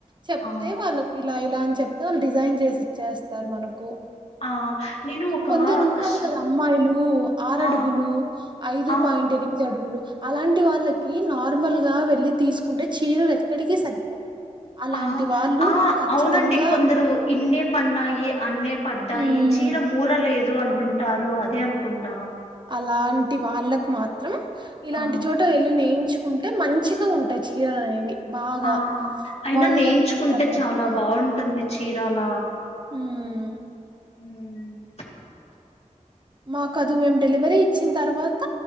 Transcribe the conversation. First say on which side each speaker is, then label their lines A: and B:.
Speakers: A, on the right (about 35°); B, on the left (about 50°).
A: చెప్తే
B: ఆ
A: వాళ్ళకు ఇలా ఇలా అని చెప్తే వాళ్ళు డిజైన్ చేసి ఇచ్చేస్తారు మనకు
B: ఆ నేను ఒక
A: కొందరు ఉంటారు
B: ష్-
A: కదా అమ్మాయిలు ఆరు
B: ఆ
A: అడుగులు ఐదు
B: ఆ
A: పాయింట్ ఎనిమిది అడుగులు అలాంటి వాళ్ళకి నార్మల్గా వెళ్ళి తీసుకుంటే చీరలు ఎక్కడికి సరిపోవు అలాంటి
B: ఆ
A: వాళ్ళు
B: ఆ
A: ఖచ్చితంగా
B: అవునండి కొందరు ఇన్నే పన్నాయి అన్నే పడ్డాయి
A: మ్మ్,
B: చీర మూరలేదు అంటుంటారు అదే అనుకుంటా
A: అలాంటి వాళ్ళకు మాత్రం ఇలాంటి
B: ఆ
A: చోట వెళ్ళి నేయించు కుంటే మంచిగా ఉంటాయి చీరలు అనేవి బాగా
B: ఆ అయినా
A: వాళ్ళకి
B: నేంచుకుంటే
A: తగ్గట్టుగా
B: చాలా బాగుంటుంది చీరాల
A: హ్మ్
B: హ్మ్
A: మాకు అదు మేము డెలివరీ ఇచ్చిన తర్వాత